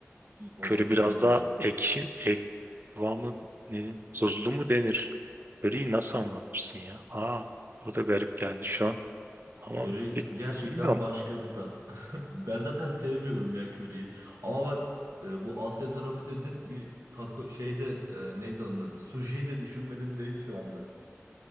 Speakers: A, on the right; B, on the right.
A: Olabilir
B: Köri biraz
A: valla.
B: daha ekşi, ek, kıvamı ne, tuzlu mu denir? Köriyi nasıl anlatırsın ya? Aa, o da garip geldi şu an. Ama
A: Köri
B: bi-
A: gerçekten
B: bilmiyorum.
A: başka bir tat. <laughs> Ben zaten sevmiyorum ya köriyi. Ama bak e, bu Asya tarafı dedin bir taco şeyde e, neydi onun adı? Sushi de düşünmedim değil şu anda.